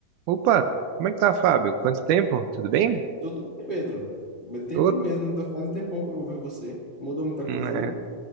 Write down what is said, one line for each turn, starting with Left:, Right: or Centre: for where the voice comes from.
Right: Opa, como é que tá, Fábio? Quanto tempo? Tudo bem?
Left: Tudo bem, Pedro. Meu Tempo
Right: Tô-
Left: mesmo, ainda faz um tempão que eu vou ver você. Mudou muita
Right: hum,
Left: coisa
Right: é.
Left: aí?